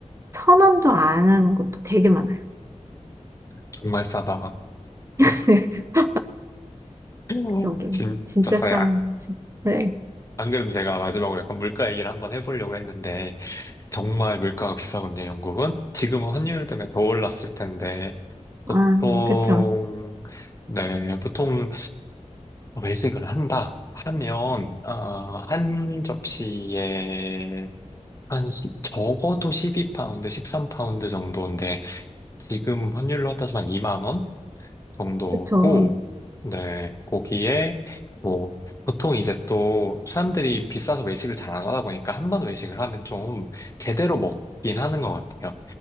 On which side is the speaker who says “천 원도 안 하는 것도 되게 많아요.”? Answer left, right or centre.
Right